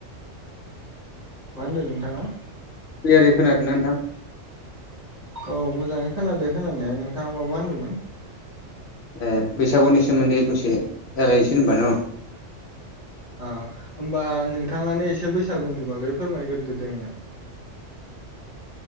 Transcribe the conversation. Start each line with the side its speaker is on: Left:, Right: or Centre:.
Right: मा होनदों नोंथाङा
Left: ख्लियारि खोनादोंना नोंथां?
Right: औ मोजाङै खोनादो खोनानाया नोंथाङा माबा होनदोंमोन?
Left: एह बैसागुनि सोमोन्दै दसे जागायनोसै होनबा न।
Right: ओ होमबा नोंथाङानो एसे बैसागुनि बागै फोरमायगोरदो दे आंनो।